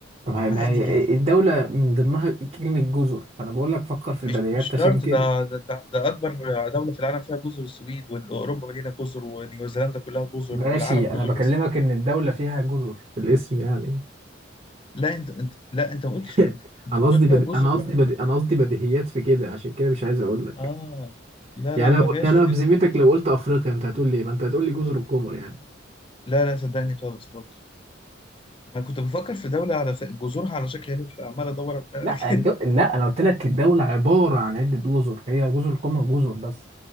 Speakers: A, on the right; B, on the left.
A: ما هي
B: عادي
A: ما هي
B: جدا
A: الدولة من ضمنها كلمة جزر فأنا بقول لك فكر في البديهيات
B: مش مش
A: عشان
B: شرط
A: كده
B: ده ده, ده ده اكبر دوله في العالم فيها جزر السويد واوروبا مدينه جزر ونيوزيلندا كلها جزر
A: ماشي
B: والعالم كله
A: أنا بكلمك
B: جزر
A: إن الدولة فيها جزر في الاسم يعني
B: لا انت انت لا انت ما قلتش
A: <laughs>
B: كده انت
A: أنا
B: بتقول
A: قصدي
B: فيها
A: بدي...
B: جزر
A: أنا قصدي
B: على
A: بدي...
B: شكل
A: أنا
B: هلال
A: قصدي بديهيات في كده عشان كده مش عايز أقول لك
B: اه لا
A: يعني
B: لا ما
A: لو
B: جاش
A: يعني
B: في
A: أنا بذمتك
B: دماغي.
A: لو قلت أفريقيا أنت هتقول لي إيه؟ ما أنت هتقول لي جزر القمر يعني
B: لا لا صدقني خالص برضه انا كنت بفكر في دولة على ف- جذورها على شكل هيلف عمال ادور على
A: لا
B: على كده
A: الجو... لا أنا قلت لك الدولة عبارة عن عدة جزر هي جزر القمر جزر بس